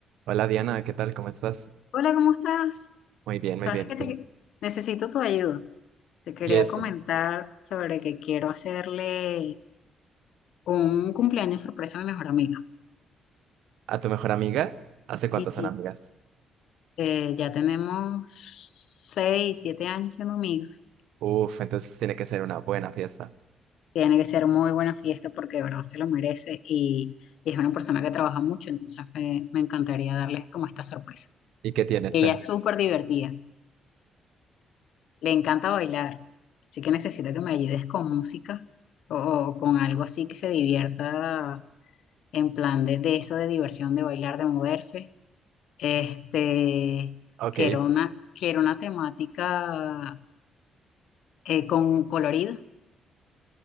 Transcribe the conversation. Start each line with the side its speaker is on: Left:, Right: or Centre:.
Right: Hola Diana, ¿qué tal? ¿Cómo estás?
Left: Hola, ¿cómo estás?
Right: Muy bien,
Left: Sabes
Right: muy bien.
Left: que
Right: ¿Y tú?
Left: te necesito tu ayuda. Te quería
Right: Y eso,
Left: comentar sobre que quiero hacerle un cumpleaños sorpresa a mi mejor amiga.
Right: ¿a tu mejor amiga? ¿Hace cuántos
Left: Sí, sí.
Right: son amigas?
Left: Eh, ya tenemos seis, siete años siendo amigos.
Right: Uf, entonces tiene que ser una buena fiesta.
Left: Tiene que ser muy buena fiesta porque de verdad se lo merece y, y es una persona que trabaja mucho, entonces me, me encantaría darle como esta sorpresa.
Right: ¿Y qué tienes?
Left: Ella
Right: Pen?
Left: es súper divertida. Le encanta bailar, así que necesito que me ayudes con música o, o con algo así que se divierta en plan de, de eso, de diversión, de bailar, de moverse. Este,
Right: Ok,
Left: quiero una, quiero una temática eh, con colorido,